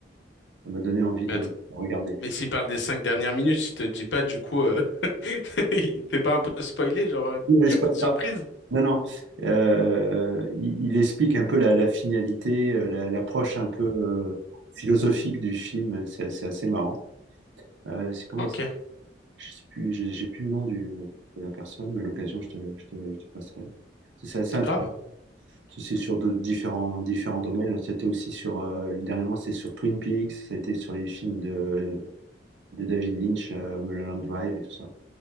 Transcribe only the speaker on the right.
Ça m'a donné envie de
regarder.
Ne
spoil
pas. Non, non. euh, il, il explique un peu la, la finalité, euh, la- l'approche un peu euh, philosophique du film. C'est c'est assez marrant. Euh, c'est comment
il s'appelle Je sais plus, j'ai j'ai plus le nom du, de la personne, mais à l'occasion, je te, je te, je te passerai. C'est c'est assez intéressant.
C'est sur de différents, différents domaines. C'était aussi sur, euh, dernièrement, c'est sur Twin Peaks. C'était sur les films de, de David Lynch, euh, Mulholland Drive et tout ça.